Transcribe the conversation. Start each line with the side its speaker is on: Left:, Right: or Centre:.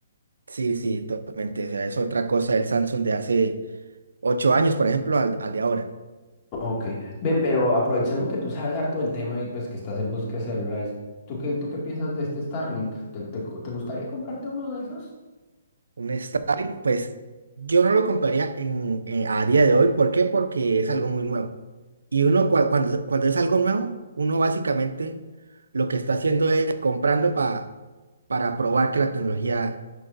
Right: Sí, sí, totalmente. O sea, es otra cosa el Samsung de hace ocho años, por ejemplo, al, al de ahora.
Left: Ok. Ven, pero aprovechando que tú sabes harto del tema y pues que estás en busca de celulares, ¿tú qué, tú qué piensas de este Starlink? ¿Te, te, te gustaría comprarte uno de esos?
Right: Un Starlink, pues yo no lo compraría en, en- a día de hoy. ¿Por qué? Porque es algo muy nuevo. Y uno, cua- cuando, cuando es algo nuevo, uno básicamente lo que está haciendo es comprando pa- para probar que la tecnología,